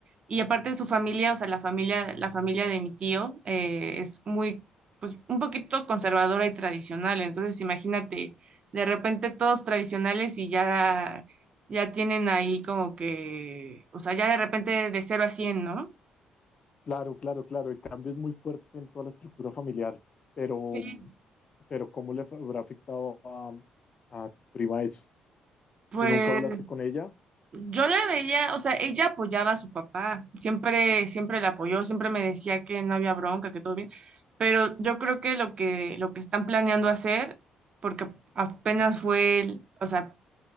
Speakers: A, on the right; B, on the left.
A: y aparte de su familia, o sea, la familia, la familia de mi tío eh, es muy, pues un poquito conservadora y tradicional, entonces imagínate, de repente todos tradicionales y ya ya tienen ahí como que, o sea, ya de repente de cero a cien ¿no?
B: Claro, claro, claro, el cambio es muy fuerte en toda la estructura familiar, pero,
A: Sí,
B: pero ¿cómo le fa- habrá afectado a, a tu prima eso?
A: pues
B: ¿Tú nunca hablaste con ella?
A: yo la veía, o sea, ella apoyaba a su papá, siempre, siempre la apoyó, siempre me decía que no había bronca, que todo bien, pero yo creo que lo que, lo que están planeando hacer, porque apenas fue, el- o sea,